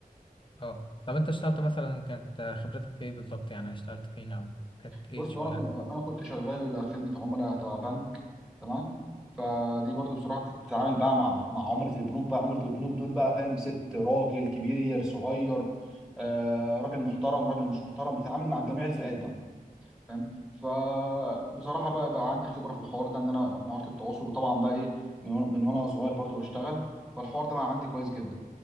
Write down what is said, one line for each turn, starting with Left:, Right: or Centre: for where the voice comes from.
Left: اه طب انت اشتغلت مثلا كانت آه، خبرتك في ايه بالظبط يعني اشتغلت فين او كانت ايه
Centre: بص
Left: الشغلانه
Centre: انا كنت
Left: بالظبط
Centre: انا كنت شغال خدمه عملاء تبع بنك تمام فدي برضه بصراحه تتعامل بقى مع مع عملاء البنوك بقى عملاء البنوك دول بقى فاهم ست راجل كبير صغير آه راجل محترم راجل مش محترم بتتعامل مع جميع الفئات بقى فاهم فبصراحه بقى بقى عندي خبره في الحوار ده ان انا مهاره التواصل وطبعا بقى ايه من وأنا- من وانا صغير برضو بشتغل فالحوار ده بقى عندي كويس جدا